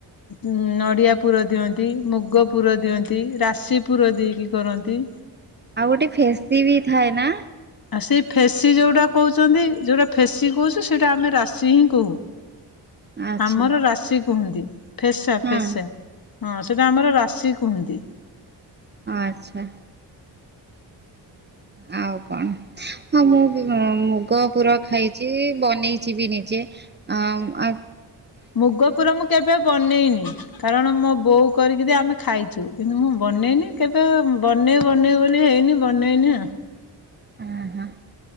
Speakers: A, on the left; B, on the right.
A: ଉଁ ନଡ଼ିଆ ପୁର ଦିଅନ୍ତି ମୁଗ ପୁର ଦିଅନ୍ତି ରାଶି ପୁର ଦେଇକି କରନ୍ତି।
B: ଆଉ ଗୋଟେ ଫେସି ବି ଥାଏ ନାଁ?
A: ଆ ସେଇ ଫେସି ଯୋଉଟା କୋହୁଚନ୍ତି ଯୋଉଟା ଫେସି କୋହୁଚୁ ସେଇଟା ଆମେ ରାଶି ହିଁ କୋହୁ।
B: ଆଚ୍ଛା
A: ଆମର ରାଶି କୁହନ୍ତି। ଫେସା
B: ହଁ
A: ଫେସା ହଁ ସେଇଟା ଆମର ରାଶି କୁହନ୍ତି।
B: ଆଚ୍ଛା। ଆଉ କଣ? ହଁ ମୁଁ ବି ବ ମୁଗ ପୁର ଖାଇଚି ବନେଇଚି ବି ନିଜେ। ଆଉଁ ଆ
A: ମୁଗପୁର ମୁଁ କେବେ ବନେଇନି। କାରଣ ମୋ ବୋଉ କରିକି ଦିଏ ଆମେ ଖାଇଚୁ କିନ୍ତୁ ମୁଁ ବନେଇନି କେବେ ବନେଇ ବନେଇ ବୋଲି ହେଇନି। ବନେଇନି ଆ।
B: ଅହଁ